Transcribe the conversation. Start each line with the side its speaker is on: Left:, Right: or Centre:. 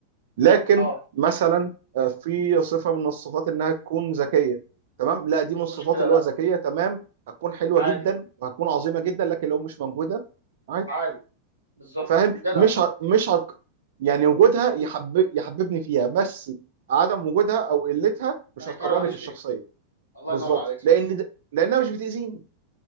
Right: لكن
Left: اه
Right: مثلا آه، في صفه من الصفات انها تكون ذكيه تمام لا دي
Left: مش
Right: من الصفات
Left: مشكله
Right: اللي
Left: لا
Right: هو ذكيه تمام هتكون حلوه
Left: عادي
Right: جدا وهتكون عظيمه جدا لكن لو مش موجوده عادي
Left: عادي بالظبط
Right: فاهم
Left: جدع
Right: مش
Left: صح
Right: ه... مش ه... يعني وجودها يحب... يحببني فيها بس عدم وجودها او قلتها مش
Left: ما يكرهنيش
Right: هتكرهني في الشخصيه
Left: فيه الله
Right: بالظبط
Left: ينور عليك صح
Right: لان د... لانها مش بتاذيني